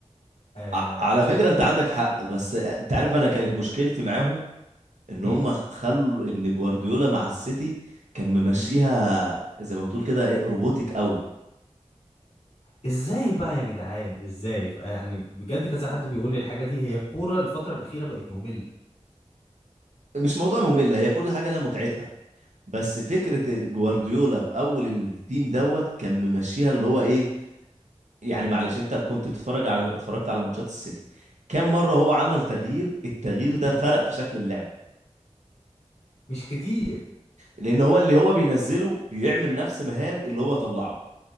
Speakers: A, on the left (about 65°); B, on the right (about 80°).
A: آه
B: ع- على
A: عشان
B: فكره انت عندك حق بس انت عارف انا كانت مشكلتي معاهم ان
A: امم
B: هم خلوا ان جوارديولا مع السيتي كان ممشيها
A: امم
B: زي ما بتقول كده ايه روبوتك قوي
A: ازاي بقى يا جدعان ازاي ف- يعني بجد كذا حد بيقول لي الحاجه دي هي الكوره الفتره الاخيره بقت ممله
B: مش موضوع ممل هي كل حاجه لها متعتها بس فكرة ال- جوارديولا في أول التيم دوت كان ممشيها اللي هو إيه يعني معلش أنت كنت بتتفرج على اتفرجت على ماتشات السيتي كم مرة هو عمل تغيير التغيير ده فرق في شكل اللعب
A: مش كتير
B: لأن هو اللي هو بينزله بيعمل نفس مهام اللي هو طلعه